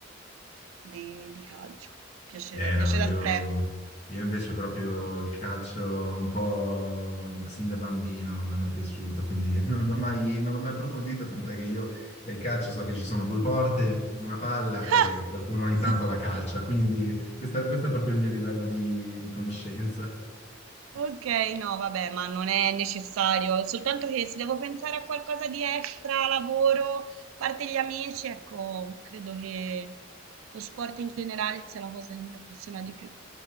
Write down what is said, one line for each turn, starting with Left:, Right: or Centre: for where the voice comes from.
Right: di, di calcio. Piace,
Left: Eh
Right: da, piace
Left: no, io,
Right: da sempre.
Left: io invece proprio il calcio un po' sin da bambino non mi è mai piaciuto, quindi <laughs> non l'ho mai, non l'ho mai approfondito, tant'è che io nel calcio so che ci sono due porte, una palla
Right: <laughs>
Left: e qualcuno ogni tanto la calcia, quindi questa- questo è proprio il mio livello di, di conoscenza.
Right: Ok, no, vabbè, ma non è necessario, soltanto che se devo pensare a qualcosa di extra, lavoro, a parte gli amici, ecco, credo che lo sport in generale sia la cosa che mi appassiona di più.